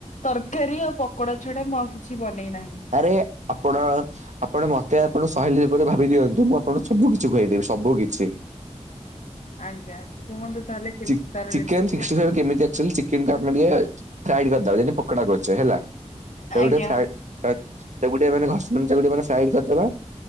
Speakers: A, on the left (about 80°); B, on the right (about 75°).
A: ତରକାରୀ ଆଉ ପ କୋଡ଼ା ଛଡ଼ା ମୋ ଆଉ କିଛି ବନେଇ ନାହିଁ।
B: ଆରେ, ଆପଣ, ଆପଣ ମତେ ଆପଣ ସହିଲି ରୂପରେ ଭାବି ଦିଅନ୍ତୁ। ମୁଁ ଆପଣଙ୍କୁ ସବୁ କିଛି ଖୁଆଇ ଦେବି ସବୁ ବୁ କିଛି।
A: ଆଜ୍ଞା କୁହନ୍ତୁ ତାହେଲେ କେମିତି
B: ଚି
A: ତାର
B: ଚିକେନ୍
A: ରେସିପି?
B: ସିକ୍ସଟି ଫାଇଭ କେମିତିଆ ଆକ୍ଚୁଆଲି ଚିକେନ ଟା ଆପଣ ଟିକେ ଫ୍ରାଇଡ୍ କରିଦବା ଯେନ୍ତି ପକୋଡା କରୁଛେ ହେଲା। ତାକୁ
A: ଆଜ୍ଞା
B: ଟିକେ ଫ୍ରାଏଡ ତା ତାକୁ ଟିକେ ମାନେ ଘର୍ସ ତାକୁ ଟିକେ ମାନେ ଫ୍ରାଏଡ ସାଇଡ କରିଦବା।